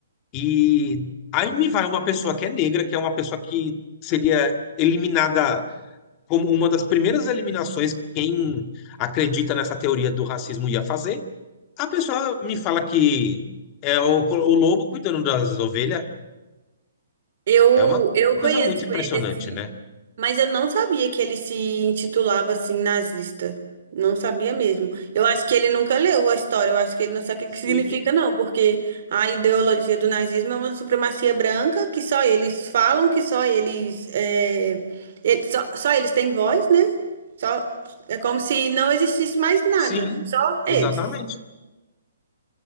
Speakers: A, on the left; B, on the right.
A: E aí me vai uma pessoa que é negra, que é uma pessoa que seria eliminada como uma das primeiras eliminações que quem acredita nessa teoria do racismo ia fazer. A pessoa me fala que é o, o lobo cuidando das ovelhas,
B: Eu,
A: é uma
B: eu
A: coisa
B: conheço
A: muito impressionante,
B: ele assim,
A: né?
B: mas eu não sabia que ele se intitulava assim nazista. Não sabia mesmo. Eu acho que ele nunca leu a história. Eu acho que ele não sabe o
A: Sim.
B: que que significa, não, porque a ideologia do nazismo é uma supremacia branca que só eles falam, que só eles, é, ele- só, só eles têm voz, né? Só, é como se não existisse mais nada,
A: Sim,
B: só eles.
A: exatamente.